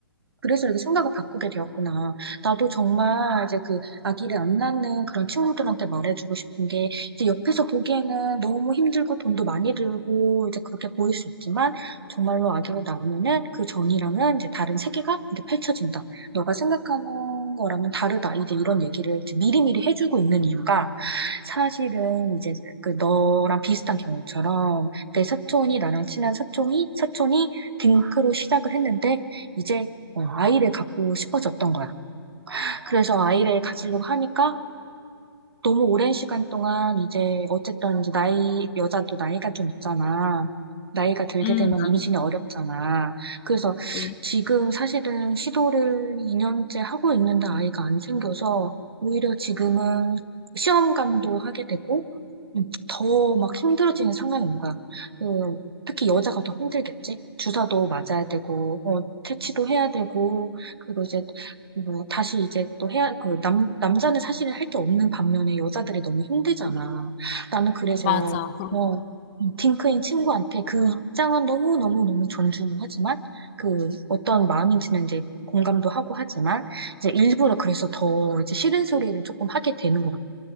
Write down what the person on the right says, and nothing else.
그래서 이렇게 생각을 바꾸게 되었구나. 나도 정말 이제 그 아기를 안 낳는 그런 친구들한테 말해주고 싶은 게 이제 옆에서 보기에는 너무 힘들고 돈도 많이 들고 이제 그렇게 보일 수 있지만 정말로 아기를 낳으면은 그 전이랑은 이제 다른 세계가 이렇게 펼쳐진다. 너가 생각하는 거랑은 다르다. 이제 이런 얘기를 이제 미리미리 해주고 있는 이유가 사실은 이제 그 너랑 비슷한 경우처럼 내 사촌이 나랑 친한 사촌이 사촌이 딩크로 시작을 했는데 이제 어, 아이를 갖고 싶어졌던 거야. 그래서 아이를 가지려고 하니까 너무 오랜 시간 동안 이제 어쨌든 이제 나이, 여자도 나이가 좀 있잖아. 나이가 들게
되면 임신이 어렵잖아. 그래서
지금 사실은 시도를 2년째 하고 있는데 아이가 안 생겨서 오히려 지금은 시험관도 하게 되고 음, 더막 힘들어지는 상황이 온 거야. 음, 특히 여자가 더 힘들겠지? 주사도 맞아야 되고, 어, 퇴치도 해야 되고, 그리고 이제 뭐 다시 이제 또 해야, 그 남, 남자는 사실은 할 게 없는 반면에 여자들이 너무 힘들잖아. 나는 그래서,
어, 딩크인 친구한테 그 입장은 너무너무너무 존중하지만, 그 어떤 마음인지는 이제 공감도 하고 하지만, 이제 일부러 그래서 더 이제 싫은 소리를 조금 하게 되는 것 같아.